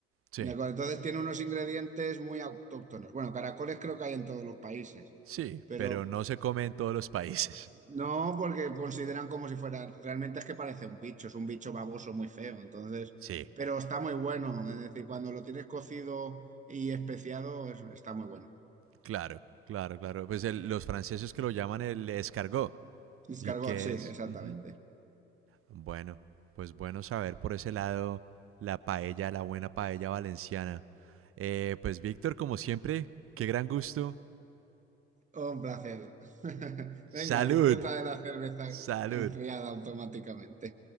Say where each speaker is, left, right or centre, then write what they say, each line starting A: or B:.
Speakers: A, on the right; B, on the right.
A: sí,
B: ¿De acuerdo? Entonces, tiene unos ingredientes muy autóctonos. Bueno, caracoles creo que hay en todos los países,
A: sí,
B: pero
A: pero no se come en todos los países. <laughs>
B: no porque consideran como si fuera, realmente es que parece un bicho, es un bicho baboso muy feo, entonces,
A: Sí,
B: pero está muy bueno, es decir, cuando lo tienes cocido y especiado, es- está muy bueno.
A: claro, claro, claro. Pues el- los franceses que lo llaman el escargot.
B: Escargot,
A: ¿Y qué
B: sí,
A: es?
B: exactamente.
A: Ujú. Bueno, pues bueno saber por ese lado la paella, la buena paella valenciana. Eh, pues Víctor, como siempre, qué gran gusto.
B: Un placer. <laughs> Venga,
A: Salud,
B: disfruta de la cerveza
A: salud.
B: enfriada automáticamente.